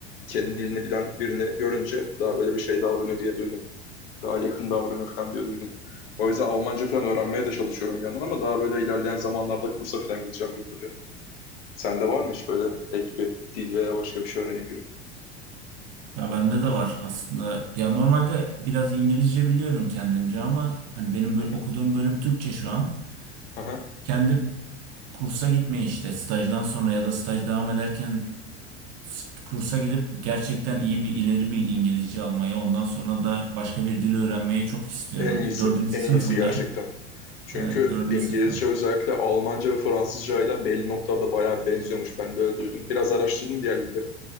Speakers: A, on the left; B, on the right.
A: kendi dilini bilen birini görünce daha böyle bir şey davranıyor diye duydum. Daha yakın davranıyor falan diye duydum. O yüzden Almanca falan öğrenmeye de çalışıyorum bir yandan ama daha böyle ilerleyen zamanlarda kursa falan gideceğim gibi duruyor. Sende var mı hiç böyle ek bir dil veya başka bir şey öğrenim gibi?
B: Ya bende de var aslında. Ya normalde biraz İngilizce biliyorum kendimce ama hani benim
A: Hı
B: bö-
A: hı.
B: okuduğum bölüm Türkçe şu an.
A: Aha.
B: Kendi kursa gitmeyi işte stajdan sonra ya da staj devam ederken s- kursa gidip gerçekten iyi bir ileri bir İngilizce almayı ondan sonra da başka bir dili öğrenmeyi çok istiyorum.
A: En iyisi.
B: Dördüncü
A: En
B: sınıfımda.
A: iyisi gerçekten. Çünkü
B: Evet dördüncü
A: İngilizce
B: sınıfta.
A: özellikle Almanca ve Fransızca ile belli noktalarda bayağı benziyormuş. Ben de öyle duydum. Biraz araştırdım diğer dilleri.